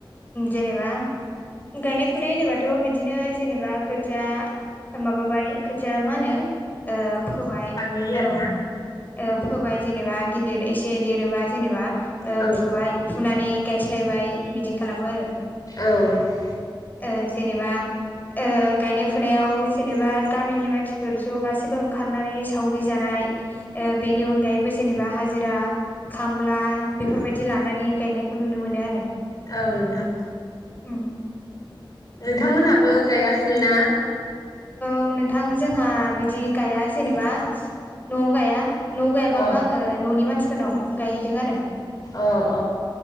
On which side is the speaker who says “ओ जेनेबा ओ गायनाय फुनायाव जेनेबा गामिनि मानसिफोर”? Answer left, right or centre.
Left